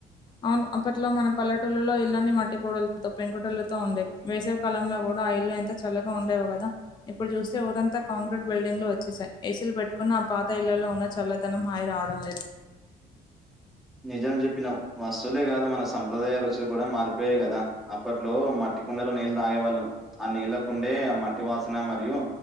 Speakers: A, on the left (about 25°); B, in the centre.
A: ఔను అప్పట్లో మన పల్లెటూల్లలో ఇల్లన్నీ మట్టి కోడల్తో పెంకుటిల్లతో ఉండేవి వేసవి కాలంలో గుడ ఆ యిల్లు ఎంత చల్లగా ఉండేవో గద ఇప్పుడ్ జూస్తే ఊరంతా కాంక్రీట్ బిల్డింగ్లు వచ్చేసాయ్ ఏసీల్ పెట్కున్న ఆ పాత ఇళ్లల్లో ఉన్న చల్లదనం హాయి రావడం లేదు
B: నిజం జెప్పినవ్ వస్తువులే గాదు మన సంప్రదాయ రుచులు కూడా మారిపోయాయ్ గదా అప్పట్లో మట్ మట్టి కుండలో నీల్ తాగేవాళ్ళం ఆ నీళ్ళ కుండే అ మట్టి వాసనా మరియు